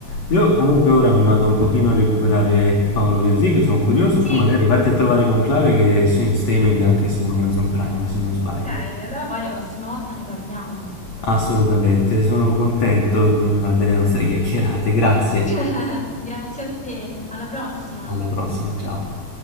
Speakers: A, on the left; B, in the centre.
A: Io comunque ora mi vado un pochino a recuperare Paolo Virzì, che sono curioso.
B: Sì,
A: Tu magari vatti a trovare Conclave che è su- in streaming anche su Amazon Prime, se non sbaglio.
B: ok, allora poi la prossima volta ne parliamo.
A: Assolutamente, sono contento di- delle nostre chiacchierate. Grazie,
B: <laughs> Grazie a te, alla prossima.
A: alla prossima, ciao.